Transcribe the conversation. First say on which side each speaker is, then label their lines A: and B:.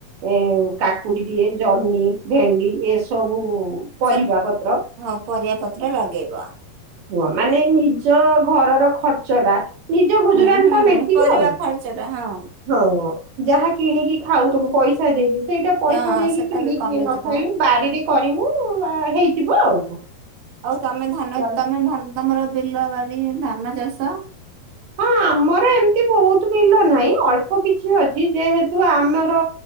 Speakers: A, on the right; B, on the right.
A: ଏ କାକୁଡି ଟିଏ ଜହ୍ନିଭେଣ୍ଡି ଏସବୁ! ପରିବା
B: ସେଠ
A: ପତ୍ର
B: ହଁ ପରିବା ପତ୍ର ଲଗେଇବ।
A: ହୁଏ ମାନେ ନିଜ ଘରର ଖର୍ଚ୍ଚ ଟା! ନିଜ ଗୁଜୁରାଣତ
B: ହୁଁ ହୁଁ
A: ମେଣ୍ଟିବ
B: ପରିବା
A: ଆଉ
B: ଖର୍ଚ୍ଚ ଟା ହଁ
A: ହଁ! ଯାହା କିଣିକି ଖାଉଥିଲୁ ପଇସା ଦେଇକି! ସେଇଟା ପଇସା
B: ତ
A: ଦେଇକି
B: ସେଟା
A: କିଣିକି
B: ବି କମିଯିବ।
A: ନଖାଇଲେ ବାଡ଼ିରେ କରିବୁ ହେଇଯିବ ଆଉ!
B: ତମେ ଧାନ ତମେ ଧାନ ତମର ବିଲ! ଗୁଆ ବାରିକି ଧାନ ଚାଷ
A: ହଁ ଆମର ଏମିତି ବହୁତ ବିଲ ନାହିଁ ଅଳ୍ପ କିଛି ଅଛି ଯେହେତୁ ଆମର